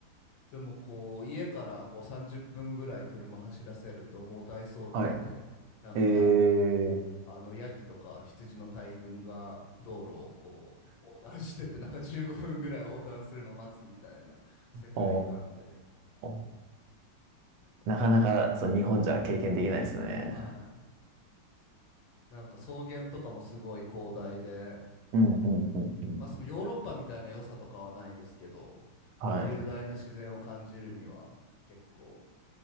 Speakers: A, on the left; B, on the right.
A: でも、こう、家からこう30分ぐらい車走らせると、もう大草原で、
B: はい。
A: なんか、
B: えー、
A: あのヤギとか羊の大群が道路をこう横断しててなんか15分ぐらい横断するの待つみたいな世界観で
B: おー、
A: あったっす。
B: なかなか、そう、日本じゃ経験できないですね。
A: はい。なんか草原とかもすごい広大で、
B: うん、うん、うん、うん。
A: まあそのヨーロッパみたいな良さとかはないですけど、
B: はい。
A: こう雄大な自然を感じるには結構